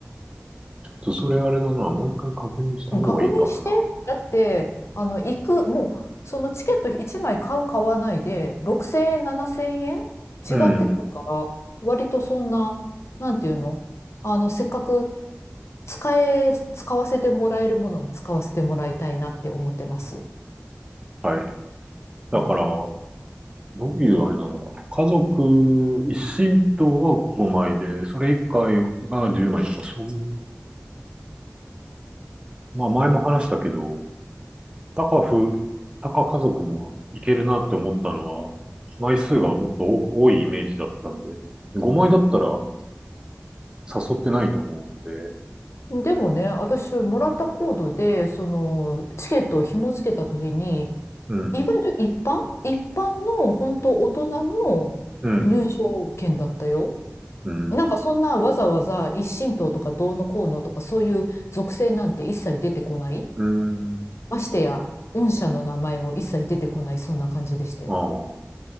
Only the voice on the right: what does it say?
ちょっとそれあれだな。もう一回確認した方がいいかもな。
うん。
はい。だから、
どういうあれなのかな。家族一親等は5枚で、それ以外が10枚とか、そういう。まあ前も話したけど、タカフ、タカ家族もいけるなって思ったのは、枚数がもっと多多いイメージだったんでね。5枚だったら誘ってないと思うんで、
うん、
うん、うん、
うん、
ああ。